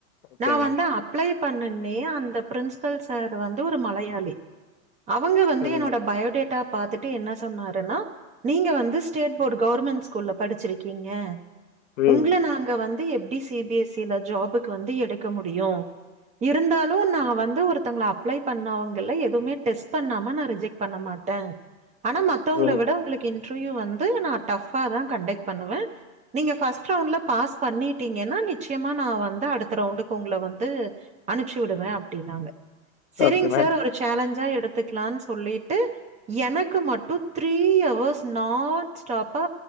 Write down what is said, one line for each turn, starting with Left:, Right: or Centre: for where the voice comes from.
Left: ஓகே
Right: நா
Left: மேம்
Right: வந்து அப்ளை பண்ணனே அந்த பிரின்சிபல் சார் வந்து ஒரு மலையாளி அவுங்க வந்து
Left: ம்
Right: என்னோட பயோடேட்டா பாத்துட்டு என்ன சொன்னாருன்னா நீங்க வந்து ஸ்டேட் போர்டு கவர்மெண்ட் ஸ்கூல்ல படிச்சிருக்கீங்க
Left: ம்
Right: உங்கள நாங்க வந்து எப்டி சி பி எஸ் சி ல ஜாபுக்கு வந்து எடுக்க முடியு இருந்தாலு நா வந்து ஒருத்தவங்கள அப்ளை பண்ணவங்கல எதுவுமே டெஸ்ட் பண்ணாம நா ரிஜெக்ட் பண்ண மாட்ட ஆனா மத்தவங்கள
Left: ம்
Right: விட உங்களுக்கு இன்டர்வியூ வந்து நா டஃபா தா கண்டக்ட் பண்ணுவே நீங்க ஃபர்ஸ்ட் ரவுண்ட்ல பாஸ் பண்ணிட்டீங்கன்னா நிச்சயமா நா வந்து அடுத்த ரவுண்டுக்கு உங்கள வந்து அனுப்சி விடுவே அப்டின்னாங்க சரிங்
Left: ஓகே மேம்
Right: சார் ஒரு சேலஞ்சா எடுத்துக்கலாம்னு சொல்லிட்டு எனக்கு மட்டு த்ரீ அவர்ஸ் நான் ஸ்டாப் பா